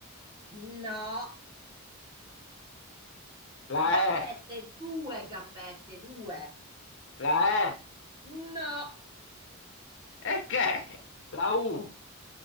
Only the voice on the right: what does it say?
No,
gambette,
due gambette, due.
No,